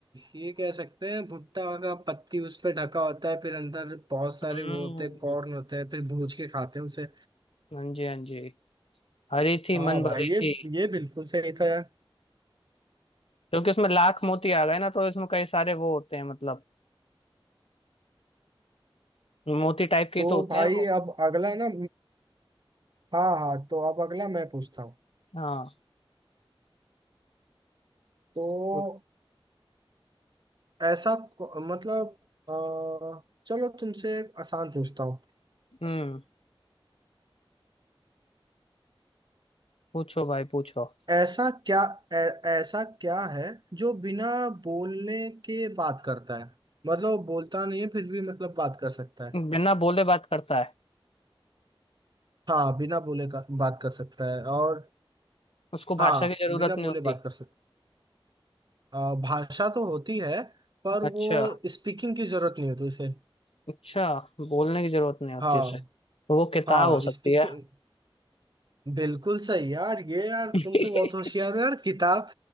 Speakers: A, on the right (about 50°); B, on the left (about 85°).
A: ये कह सकते हैं भुट्टा का पत्ती उस पे ढका होता है फिर अंदर बहुत सारे
B: हम्म
A: वो होते हैं कॉर्न होते हैं फिर भूज के खाते हैं उसे
B: हाँ जी हाँ जी हरी थी
A: हाँ
B: मन
A: भाई
B: भरी
A: ये
B: थी
A: ये बिल्कुल सही था यार
B: क्योंकि उसमें लाख मोती आ गए ना तो इसमें कई सारे वो होते हैं मतलब मोती टाइप के
A: तो
B: तो होते
A: भाई
B: हैं वो
A: अब अगला ना हाँ हाँ तो अब अगला मैं पूछता हूँ
B: हाँ
A: तो
B: तो-
A: ऐसा को- मतलब अ, चलो तुमसे एक आसान पूछता हूँ
B: हम्म पूछो भाई पूछो
A: ऐसा क्या ऐ, ऐसा क्या है जो बिना बोलने के बात करता है मतलब वो बोलता नहीं है फिर भी मतलब बात कर सकता है
B: बिना बोले बात करता है
A: हाँ बिना बोले का बात कर सकता है और
B: उसको
A: हाँ
B: भाषा की जरूरत
A: बिना
B: नहीं
A: बोले
B: होती
A: बात कर सकता अ, भाषा तो होती है पर
B: अच्छा
A: वो स्पीकिंग की जरूरत नहीं होती उसे
B: अच्छा बोलने की जरूरत नहीं होती
A: हाँ
B: उसे तो वो किताब
A: हाँ
B: हो सकती
A: स्पीकिंग
B: है
A: बिल्कुल सही यार ये यार
B: <laughs>
A: तुम तो बहुत होशियार हो यार किताब